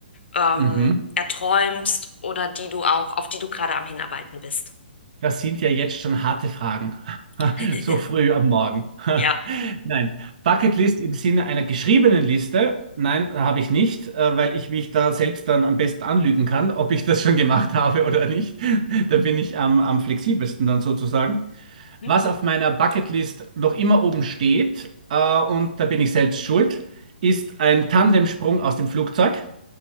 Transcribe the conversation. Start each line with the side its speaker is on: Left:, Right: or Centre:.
Left: ähm,
Right: Mhm.
Left: erträumst oder die du auch, auf die du gerade am Hinarbeiten bist?
Right: das sind ja jetzt schon harte Fragen. <laughs>
Left: <laughs>
Right: So früh am Morgen.
Left: Ja.
Right: <laughs> Nein, Bucketlist im Sinne einer geschriebenen Liste? Nein, habe ich nicht, äh, weil ich mich da selbst dann am besten anlügen kann, ob ich das schon gemacht <laughs> habe oder nicht. Da bin ich am, am flexibelsten dann sozusagen.
Left: Hm?
Right: Was auf meiner Bucketlist noch immer oben steht, äh, und da bin ich selbst schuld, ist ein Tandemsprung aus dem Flugzeug.